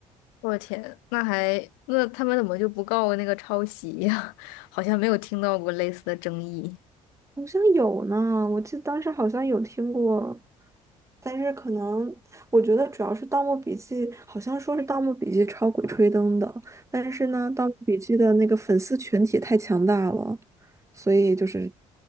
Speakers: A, on the left; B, on the right.
A: 我的天，那还那他们怎么就不告那个抄袭呀？<laughs> 好像没有听到过类似的争议。
B: 好像有呢，我记得当时好像有听过，但是可能我觉得主要是《盗墓笔记》，好像说是《盗墓笔记》抄《鬼吹灯》的，但是呢，《盗墓笔记》的那个粉丝群体太强大了，所以就是